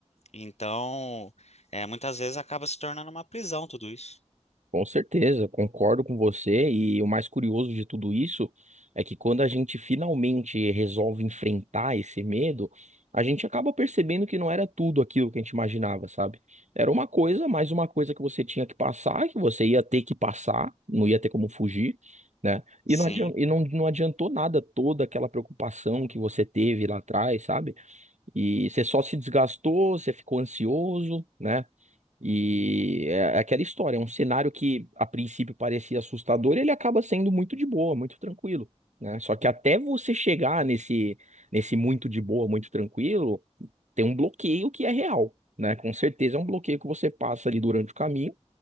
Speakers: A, on the left; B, on the right.
A: Então, é, muitas vezes acaba se tornando uma prisão tudo isso.
B: Com certeza, concordo com você. E o mais curioso de tudo isso é que quando a gente finalmente resolve enfrentar esse medo, a gente acaba percebendo que não era tudo aquilo que a gente imaginava, sabe? Era uma coisa, mais uma coisa que você tinha que passar, que você ia ter que passar, não ia ter como fugir, né? E
A: Sim,
B: não adian- e não, não adiantou nada toda aquela preocupação que você teve lá atrás, sabe? E você só se desgastou, você ficou ansioso, né? E é aquela história, é um cenário que a princípio parecia assustador, ele acaba sendo muito de boa, muito tranquilo, né? Só que até você chegar nesse nesse muito de boa, muito tranquilo, tem um bloqueio que é real, né? Com certeza é um bloqueio que você passa ali durante o caminho